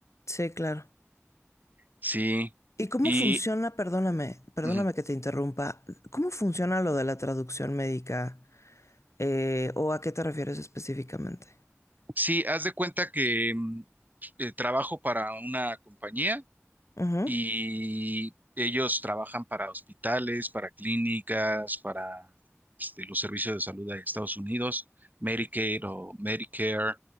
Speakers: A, on the left; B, on the right.
A: Sí, claro.
B: Sí,
A: ¿Y cómo
B: y
A: funciona, perdóname, perdóname
B: ujú.
A: que te interrumpa, cómo funciona lo de la traducción médica Eh, ¿o a qué te refieres específicamente?
B: sí, haz de cuenta que mm, eh, trabajo para una compañía.
A: Ujú.
B: y ellos trabajan para hospitales, para clínicas, para este, los servicios de salud de Estados Unidos, Medicaid o Medicare